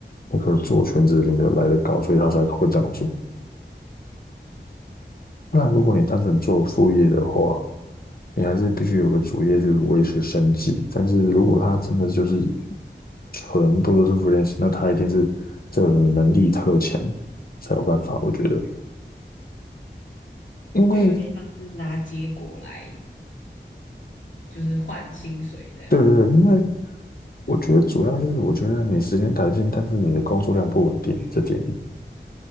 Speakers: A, on the left; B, on the left.
A: 那个做全职领的来的高，所以他才会这样做。不然，如果你单纯做副业的话，你还是必须有个主业去维持生计。但是如果他真的就是全部都是 freelance，那他一定是这个人能力特强才有办法。我觉得，因为
B: 就有点像是拿结果来就是换薪水这样。
A: 对对对，因为我觉得主要是我觉得你时间弹性，但是你的工作量不稳定，这点